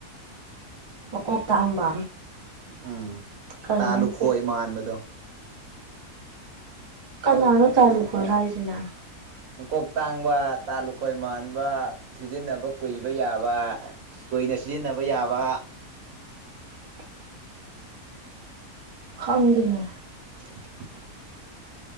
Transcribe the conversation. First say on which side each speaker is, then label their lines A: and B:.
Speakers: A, on the right; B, on the right.
A: ꯃꯀꯣꯛ ꯇꯥꯡꯕ
B: ꯎꯝ
A: ꯀꯩꯅꯣ
B: ꯇꯥꯂꯨꯈꯣꯏ
A: ꯃꯀꯣꯛ
B: ꯃꯟꯕꯗꯣ
A: ꯀꯅꯥꯅꯣ ꯇꯥꯂꯨꯈꯣꯏ ꯍꯥꯏꯖꯅꯥ
B: ꯃꯀꯣꯛ ꯇꯥꯡꯕ ꯇꯥ ꯂꯨꯈꯣꯏ ꯃꯟꯥꯟꯕ ꯁꯤꯖꯤꯟꯅꯕ ꯀꯨꯏꯕ ꯌꯥꯕ꯫ ꯀꯣꯏꯅ ꯁꯤꯖꯤꯟꯅꯕ ꯌꯥꯕ
A: <unintelligible> ꯈꯪꯒꯤꯅꯦ
B: <unintelligible>